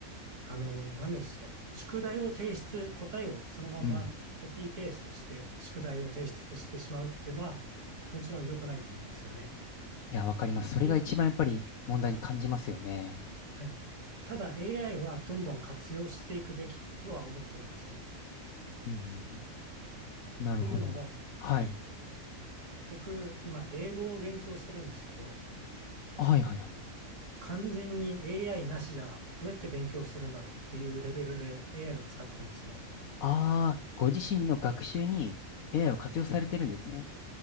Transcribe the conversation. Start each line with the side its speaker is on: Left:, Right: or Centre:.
Right: あの、何でしょう。宿題を提出、答えをそのままコピーペーストして、
Left: うん。
Right: 宿題を提出してしまうっていうのは、もちろん良くないと思うんですよね。
Left: いや、わかります。それが一番やっぱり問題に感じますよね。
Right: えはい。ただ、AI はどんどん活用していくべきとは思ってるんですよ。
Left: うん。なるほど、
Right: というのも、
Left: なるほど。はい。
Right: 僕、今、英語を勉強してるんですけど、
Left: はいはいはい。
Right: 完全に AI なしじゃどうやって勉強するんだろうっていうレベルで AI を使ってるんですよね。
Left: ああ、ご自身の学習に AI を活用されてるんですね。